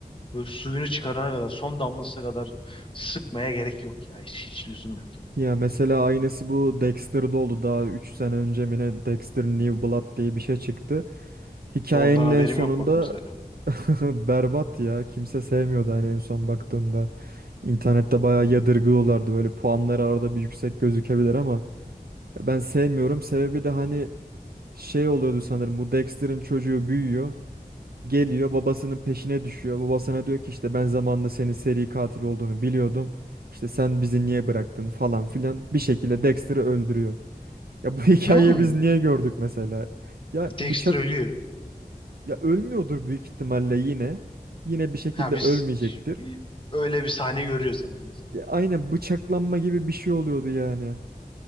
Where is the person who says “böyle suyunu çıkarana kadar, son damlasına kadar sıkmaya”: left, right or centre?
Left